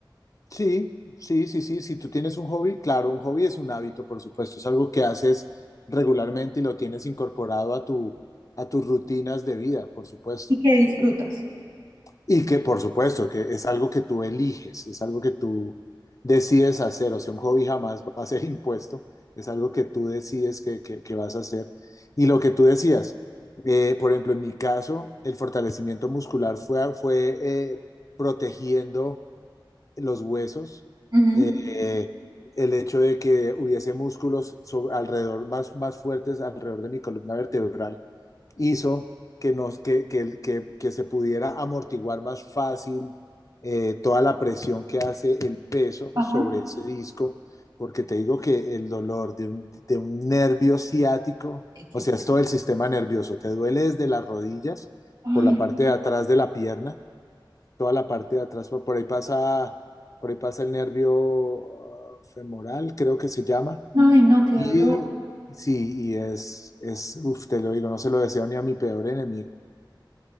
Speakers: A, on the left; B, on the right.
A: Sí, sí, sí, sí. Si tú tienes un hobby, claro, un hobby es un hábito, por supuesto, es algo que haces regularmente y lo tienes incorporado a tu, a tus rutinas de vida, por supuesto.
B: y que disfrutas.
A: Y que, por supuesto, que es algo que tú eliges, es algo que tú decides hacer. O sea, un hobby jamás va a ser <laughs> impuesto, es algo que tú decides que, que, que vas a hacer. Y lo que tú decías, eh, por ejemplo, en mi caso, el fortalecimiento muscular fue, fue eh, protegiendo los huesos
B: Ujú.
A: eh, el hecho de que hubiese músculos so- alrededor, más, más fuertes alrededor de mi columna vertebral, hizo que, nos, que, que, que, que se pudiera amortiguar más fácil eh, toda la presión que hace el peso
B: Ajá.
A: sobre ese disco, porque te digo que el dolor de un, de un nervio ciático,
B: eh, que
A: o sea,
B: fue-
A: es todo el sistema nervioso, te duele desde las rodillas,
B: Ay,
A: por la parte de atrás de la pierna, toda la parte de atrás, por por ahí pasa, por ahí pasa el nervio ah, femoral, creo que se llama.
B: ay, no, qué
A: Y
B: dolor,
A: sí, y es, es, uf, te lo digo, no se lo deseo ni a mi peor enemigo.